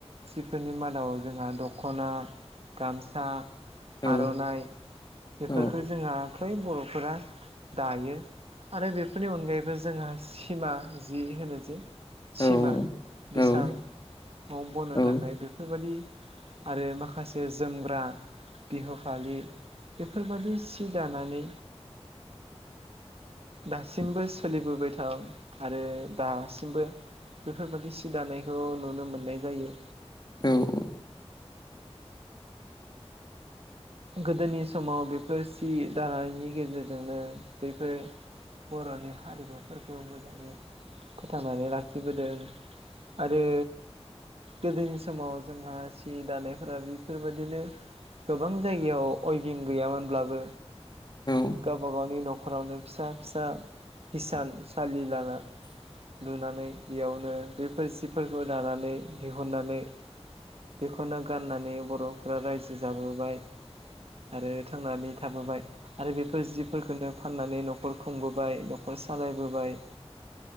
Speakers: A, on the right; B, on the left.
A: सिफोरनि मादाव जोंहा दख'ना गामसा
B: औ
A: आर'नाइ। बेफोरखौ
B: औ
A: जोंहा फ्राय बर'फोरा दायो आरो बेफोरनि अनगायैबो जोंहा सिमा जि होनो जिे। सिमा
B: औ
A: बेसाङाव
B: नंगौ
A: बनो
B: नोंथां
A: थाखाय बेफोर बेफोरबादि आरो माखासे जोमग्रा बिहु फालि बेफोरबायदि सि दानानै दासिमबो सोलिबोबाय थाव आरो दासिमबो बेफोरबायाददि सि दानायखौ नुनो मोननाय जायो।
B: औ औ।
A: गोदोनि समाव बेफोर सि दानायनि गेजेरजोंनो बेफोर बर'नि हारिमुफोरखौ मोजाङै फोथांनानै लाखिबोदों आरो गोदोनि समाव जोंहा सि दानायफोरा बेफोरबायदिनो गोबां जायगायाव अयभिं गैयामोनब्लाबो
B: औ
A: गावब गावनि न'खर न'खरावनो फिसा फिसा हिसान सालि ला लुनानै बेयावनो बेफोर जिफोरखौ दानानै दिहुननानै बेखौनो गाननानै बर'फोरा रायजो जाबोबाय आरो थांनानै थाबोबाय आरो बेफोर जिब फोरखोननो फाननानै न'खर खुंबोबाय न'खर सालायबोबाय